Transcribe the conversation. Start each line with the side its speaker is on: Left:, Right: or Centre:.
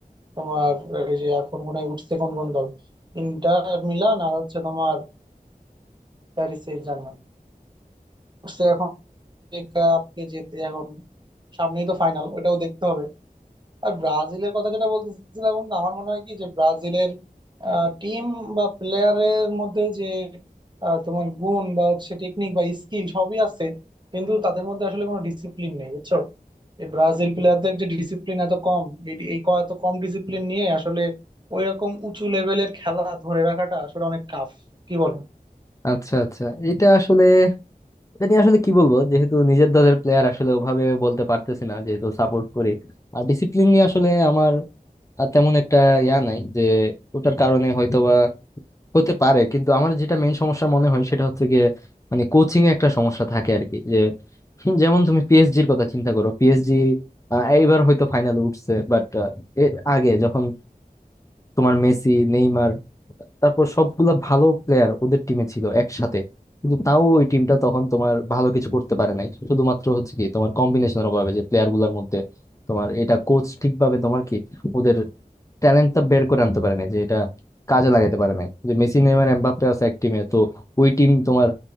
Right: তোমার এই যে এখন মনে হয় উঠছে কোন কোন দল ইন্টার মিলান আর হচ্ছে তোমার প্যারিস সেন্ট জার্মান উঠছে এখন যে cup কে যেতে এখন সামনেই তো ফাইনাল ওটাও দেখতে হবে আর ব্রাজিলের কথা যেটা বলতেছিলাম বন্ধু আমার মনে হয় কি যে ব্রাজিলের টিম বা প্লেয়ারের মধ্যে যে আহ, তোমার গুণ বা হচ্ছে টেকনিক বা স্কিল সবই আছে কিন্তু তাদের মধ্যে আসলে কোনো ডিসিপ্লিন নেই বুঝছো এই ব্রাজিল প্লেয়ারদের যে ডিসিপ্লিন এত কম এই এই ক- এত কম ডিসিপ্লিন নিয়ে আসলে ওই রকম উঁচু লেভেলের খেলা ধরে রাখাটা আসলে অনেক টাফ কি বলো
Left: আচ্ছা আচ্ছা এটা আসলে এটা নিয়ে আসলে কি বলবো যেহেতু নিজের দলের প্লেয়ার আসলে ওভাবে বলতে পারতেছি না যেহেতু সাপোর্ট করি আর ডিসিপ্লিন নিয়ে আসলে আমার আর তেমন একটা ইয়া নাই যে ওটার কারণে হয়তোবা হতে পারে কিন্তু আমার যেটা মেইন সমস্যা মনে হয় সেটা হচ্ছে গিয়ে মানে কোচিং এ একটা সমস্যা থাকে আর কি যে হুম, যেমন তুমি পিএসজির কথা চিন্তা করো পিএসজি এইবার হয়তো ফাইনালে উঠছে বাট এর আগে যখন তোমার মেসি নেইমার তারপর সবগুলা ভালো প্লেয়ার ওদের টিমে ছিল একসাথে কিন্তু তাও ওই টিমটা তখন তোমার ভালো কিছু করতে পারে নাই শুধুমাত্র হচ্ছে কি তোমার কম্বিনেশনের অভাবে যে প্লেয়ার গুলার মধ্যে তোমার এটা কোচ ঠিকভাবে তোমার কি ওদের ট্যালেন্টটা বের করে আনতে পারে নাই যে এটা কাজে লাগাতে পারে নাই যে মেসি নেইমার এমবাপ্পে আছে এক টিমে তো ওই টিম তোমার